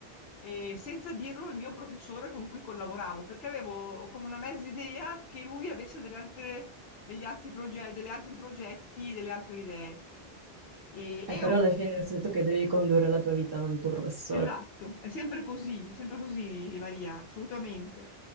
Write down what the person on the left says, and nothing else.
eh, senza dirlo al mio professore con cui collaboravo, perché avevo come una mezza idea che lui avesse delle altre degli altri progetti, degli altri progetti, delle altre idee. E,
e
ho-
esatto, è sempre così, sempre così, Maria, assolutamente.